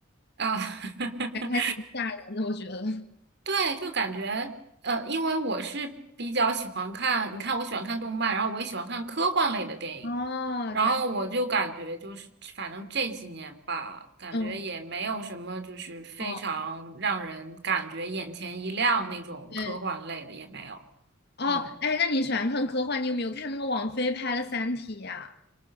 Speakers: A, on the right (about 55°); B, on the left (about 55°).
A: 啊。<laughs>
B: 反正还挺吓人的，我觉得。<laughs>
A: 对，就感觉呃，因为我是比较喜欢看，你看我喜欢看动漫，然后我也喜欢看科幻类的电影，
B: 哦，
A: 然后我就感觉就是，
B: 这样，
A: 反正这几年吧，感觉也没有什么就是非常让人感觉眼前一亮那种科幻类的也没有，
B: 嗯，哦，对，哦，
A: 嗯，
B: 哎，那你喜欢看科幻？你有没有看那个王菲拍的《三体》呀？